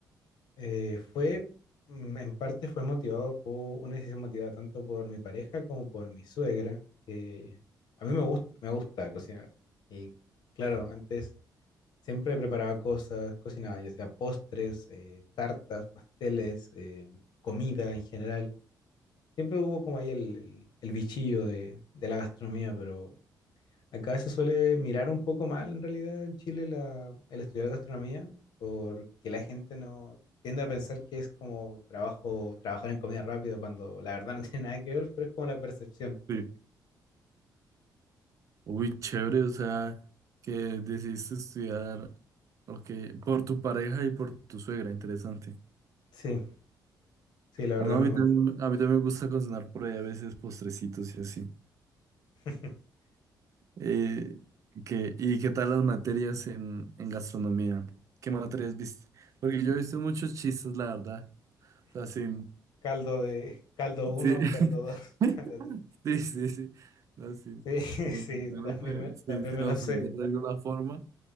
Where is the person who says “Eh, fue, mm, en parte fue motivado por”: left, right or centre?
Left